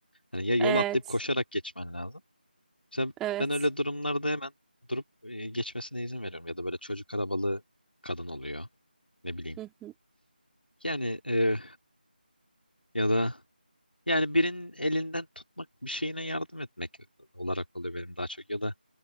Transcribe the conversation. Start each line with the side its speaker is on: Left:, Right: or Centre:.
Left: Hani ya yol
Centre: <laughs> Evet.
Left: atlayıp koşarak geçmen lazım Mesela
Centre: Evet.
Left: ben öyle durumlarda hemen durup e, geçmesine izin veriyorum. Ya da böyle çocuk arabalı kadın oluyor. Ne bileyim.
Centre: Hı hı.
Left: Yani e, ya da yani birinin elinden tutmak bir şeyine yardım etmek olarak oluyor benim daha çok. Ya da